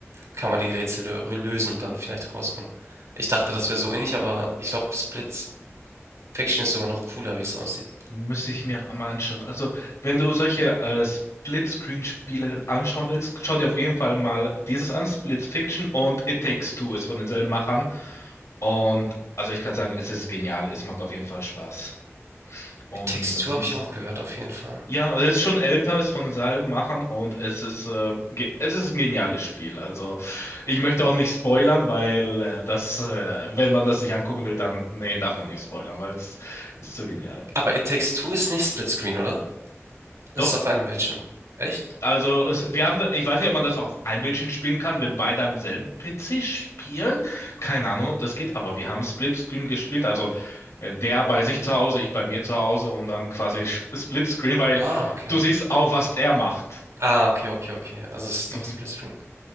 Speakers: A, on the right; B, on the left.
A: kann man die Rätsel lö- lösen und dann vielleicht rauskommen. Ich dachte, das wäre so ähnlich, aber ich glaube, Split Fiction ist sogar noch cooler, wie es aussieht.
B: Müsste ich mir mal anschauen. Also, wenn du solche äh, Split-Screen-Spiele anschauen willst, schau dir auf jeden Fall mal dieses an, Split Fiction und It Takes Two ist von denselben Machern. Und also ich kann sagen, es ist genial, es macht auf jeden Fall Spaß. Und
A: It Takes
B: ansonsten,
A: Two habe ich auch gehört, auf jeden Fall.
B: ja, es ist schon älter, ist von denselben Machern und es ist, äh, ge- es ist ein geniales Spiel. Also ich möchte auch nicht spoilern, weil äh, das, äh, wenn man das sich angucken will, dann, nee, darf man nicht spoilern, weil es ist zu genial.
A: Aber It Takes Two ist nicht Split Screen, oder?
B: Doch?
A: Es ist auf einem Bildschirm. Echt?
B: Also es, wir haben da, ich weiß nicht, ob man das auch auf einem Bildschirm spielen kann, wenn beide am selben PC spielen. Keine Ahnung, ob das geht, aber wir haben Splitscreen gespielt. Also äh, der bei sich zu Hause, ich bei mir zu Hause und dann quasi Sch- Splitscreen, weil
A: Ah, okay.
B: du siehst auch, was der macht.
A: Ah, okay, okay, okay. Also es ist
B: Mhm.
A: doch Splitscreen.